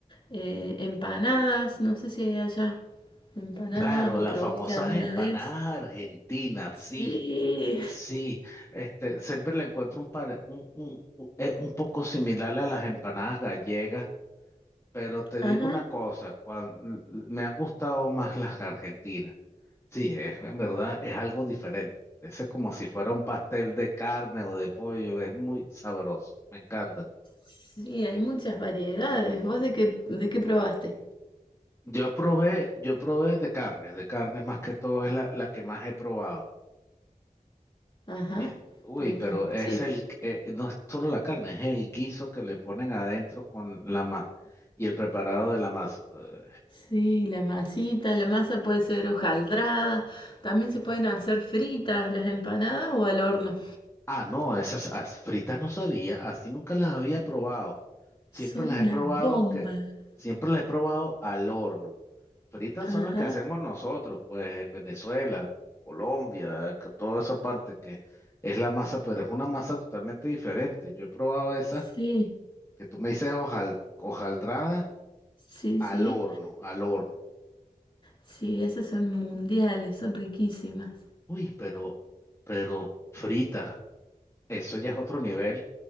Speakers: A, on the left; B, on the left.
A: eh, empanadas, no sé si hay allá empanadas
B: Claro,
A: o
B: las
A: probaste
B: famosas
A: alguna
B: empanadas
A: vez.
B: argentinas, sí,
A: Sí,
B: sí. Este, siempre le encuentro un, par, un, un, un eh, un poco similar a las empanadas gallegas, pero te
A: ajá,
B: digo una cosa, cuan- l- me han gustado más las argentinas. Sí, es, en verdad es algo diferente. Ese es como si fuera un pastel de carne o de pollo, es muy sabroso, me encanta.
A: sí, hay muchas variedades. ¿Vos de qué, de qué probaste?
B: Yo probé, yo probé de carne, de carne más que todo es la, la que más he probado.
A: Ajá,
B: Eh, uy,
A: está bien,
B: pero es
A: sí.
B: el, eh, no es solo la carne, es el guiso que le ponen adentro con la masa y el preparado de la masa. Eh,
A: Sí, la masita, la masa puede ser hojaldrada, también se pueden hacer fritas las empanadas o al horno.
B: ah, no, esas as- fritas no sabía, así nunca las había probado. Siempre
A: Son
B: las
A: una
B: he probado
A: bomba.
B: que, siempre las he probado al horno fritas
A: Ajá,
B: son las que hacemos nosotros, pues en Venezuela, Colombia, con toda esa parte que es la masa, pero es una masa totalmente diferente. Yo he probado esa
A: sí,
B: que tú me dices hojal, hojaldrada
A: sí,
B: al
A: sí.
B: horno, al horno.
A: Sí, esas son mundiales, son riquísimas.
B: Uy, pero, pero frita, eso ya es otro nivel